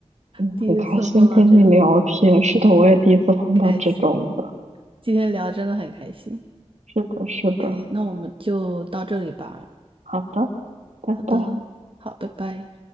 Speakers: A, on the right (about 80°); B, on the right (about 50°).
A: 嗯，
B: 第一次碰到这样，
A: 很开心跟你聊天。是的，我也第一次碰到这种的。
B: 开心。今天聊真的很开心。
A: 是的，是的。
B: OK，那我们就到这里吧。
A: 好的，拜拜。
B: 好的，好，拜拜。